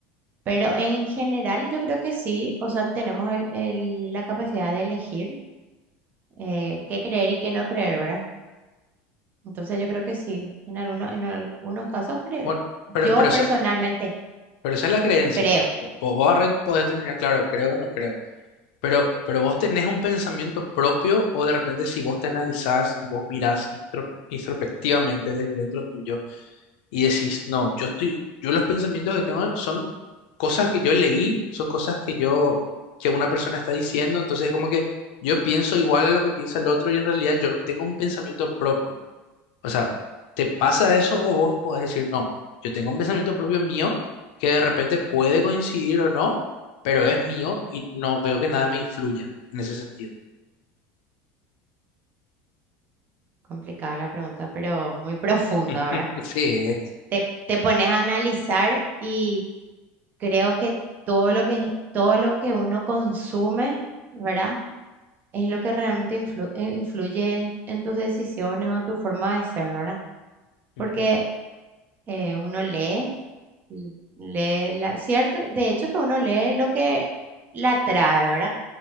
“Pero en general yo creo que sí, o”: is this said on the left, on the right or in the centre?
Right